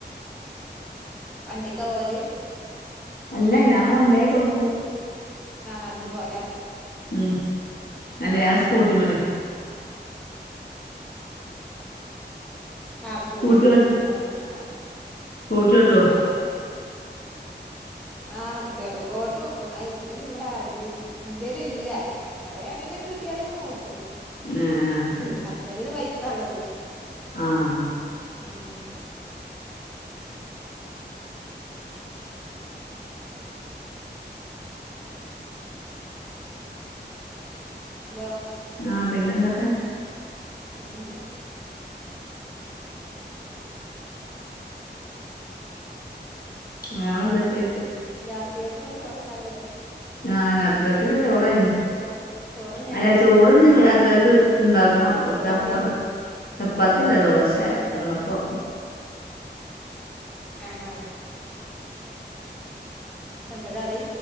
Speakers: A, in the centre; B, on the left (about 55°).
A: വണ്ടിക്ക പോവല്?
B: അല്ല ഞാ കൊണ്ടൊയി കൊട്ക്കും.
A: ആഹ് നട്ന്ന് പോലാ?
B: ഉം അല്ല ഞാ സ്കൂട്ടിമല്.
A: ആഹ് ആഹ് സ്‌കൂട്ടിമല്
B: സ്കൂട്ടി
A: ല്ലേ
B: ഓട്ടും
A: ആഹ് അങ്ങനെ വണ്ടിമ ആഹ്
B: സ്കൂട്ടി ഓട്ടുവോ
A: ആഹ് ആഹ് ആഹ് ആഹ് ആഹ് ചെറ് ഓട്ടും അത് അയ്ന് വടാട് അയ്ല് ഇൻ്റെലില്ല എഹ് വേറെ ആരേന്നെ കിട്ട്യാല് ങ്ങനെ ഓട്ടും.
B: ആഹ് ആഹ് അയ് ശെരി.
A: പെരേല് ബൈക്കാള്ളത്.
B: ആഹ്
A: ഉം ഉം ഹലോ
B: ആഹ് പിന്നെന്തെക്കെ?
A: പിന്നെന്താ?
B: വേറെന്തെക്കെച്ച.
A: രാത്രികക്ക്ള്ള ചോറൊക്കായില്ലേ?
B: ആഹ് രാത്രികക്ക്ള്ളെ ചോറായിണ്.
A: ചോറ് ചോറ് തന്നെയാണ്
B: അല്ല ചോറ്ഞ്ഞ് രാത്രേക്ക് ഇണ്ടാക്കണം. കൊറച്ചപ്പ
A: ചപ്പാത്തിയാ
B: ചപ്പാത്ത്യല്ല ദോശെ വെള്ളപ്പോ
A: ആഹ് ആഹ് എന്ത കറി?